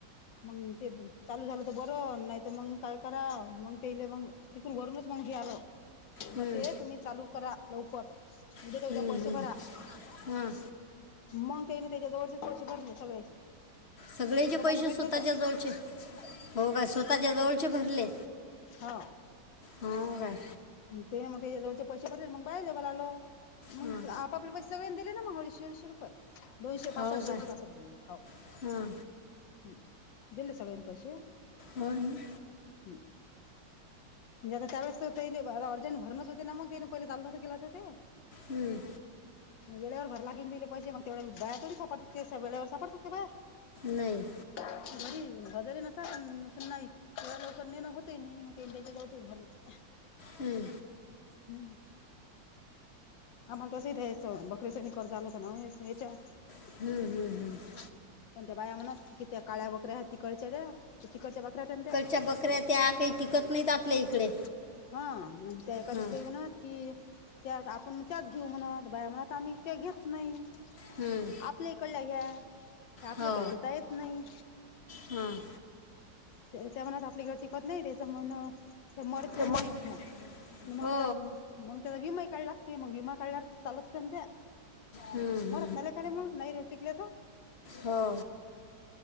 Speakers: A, on the left; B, on the left.
A: मंग ते चालू झालं तर बरं नाहीतर मग काय करा मग तेले मग तिकून वरूनच मग घ्यायलं
B: हम्म,
A: ब ते तुम्ही चालू करा लवकर उद्याच्या
B: हम्म,
A: उद्या पैसे
B: हम्म.
A: भरा
B: हां
A: मग त्याने त्याच्या जवळचे पैसे भरले सगळ्याचे
B: सगळेचे
A: तोपर्यंत
B: पैसे
A: काहीच
B: स्वतःच्या
A: नव्हतं
B: जवळचे, हो काय, स्वतःच्या जवळचे भरले
A: हो,
B: हो काय
A: तेन मग त्याच्या जवळचे पैसे भरले, मग बाहेर जेवयला आलो मग
B: हां
A: आपापले पैसे सगळे ने दिले ना मग, अडीचशे अडीशे रुपये दोनशे
B: हो
A: पासष्ट दोनशे
B: का
A: पासष्ट दिले, हो
B: हां
A: हम दिले सगळ्यांनी पैसे
B: हो ना
A: हम्म म्हणजे आता त्यावेळेस ते आता अर्जंट भरणच होते ना मग, त्याने पहिले चालू होतं केला तर ते
B: हम्म.
A: वेळेवर भरला <unintelligible> मग ते बाया थोडी सापडत्यात ते, वेळेवर सापडतात का बाया?
B: नाही.
A: घरी <unintelligible> पण नाही. एवढ्या लवकर नाही ना होत. ते मी मग ते त्याच्या जवळचेच भरले.
B: हम्म.
A: हम्म. आम्हाला तसंही द्यायचं. बकरीच आणि कर्ज आलं होत ना याच्यावर.
B: हम्म. हम्म. हम्म.
A: पण त्या बाया म्हणत कि, त्या काळ्या बकऱ्या आहेत तिकडच्या त्या? तिकडच्या बकऱ्या त्या.
B: त्या बकऱ्या - त्या काही टिकत नाहीत आपल्या इकडे.
A: हां. त्या एखाद
B: हां
A: बाई म्हणत की त्या, आपण त्याच घेऊ म्हणत. बाया म्हणत आम्ही- त्या घेत नाही.
B: हम्म,
A: आपल्या इकडल्या घ्या. ते आपल्या
B: हो
A: कडे घेता येत नाही.
B: हां
A: ते त्या म्हणत आपली कडे टिकत नाही. त्याच्यामुळं म्हण ते मरतील
B: तर मग
A: म्हणत म मग
B: हो
A: त्याला, मग त्याला विमा काढावी लागती. मग विमा काढल्यावर चालतं होत्या ना त्या.
B: हम्म,
A: मरत <unintelligible> नाही मग टिकल्या तर.
B: हो.